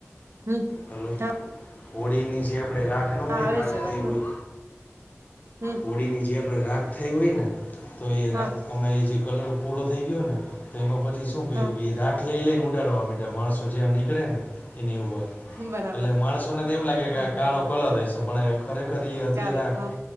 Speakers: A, on the right (about 65°); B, on the left (about 35°).
A: હમ
B: હલો
A: હા
B: હોળી ની જે આપણેે રાખ ન હોય
A: હા આવે
B: રાખ
A: છે અવાજ
B: થઈ
A: બોલો
B: હોય
A: હમ
B: હોળીની જે આપણે રાખ થઈ હોય ને તો એ
A: હા
B: રા અમે એ જે કલર પૂરો થઈ ગયો ને તો એમાં પછી સ શું કર્યું
A: હા
B: તું એ રાખ લઈ લઈન ઉડાડવા માંડ્યા માણસો જ્યાં ની કળેને એની ઉપર
A: બરાબર
B: એટલે માણસોને તો એમ લાગે કે
A: હા
B: આ
A: હા
B: કાળો
A: હા
B: કલર અસે પણ એક ખરેખર એ હતી
A: ચાલો
B: રાખ
A: હા